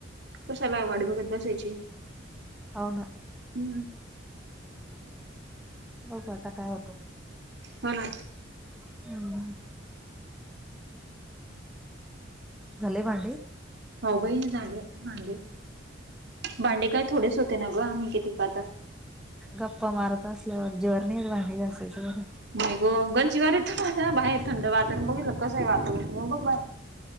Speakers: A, on the right; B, in the centre.
A: कशाला वाट बघत बसायची.
B: हवना.
A: हम्म
B: बघु आता, काय होतं.
A: हो ना.
B: ह्म. झाले भांडे?
A: हो बई झाले भांडे, भांडे काय थोडेच होते ना गं, आम्ही किती क आता.
B: गप्पा मारत असल्यावर, जीवावर नही येत भांडे घासायचं, बर
A: नाही ग, गंज जीवार येत माला, बाहेर थंड वातावरण बघितलं का, कसं ये वातावरण, येऊन बघ बाहेर.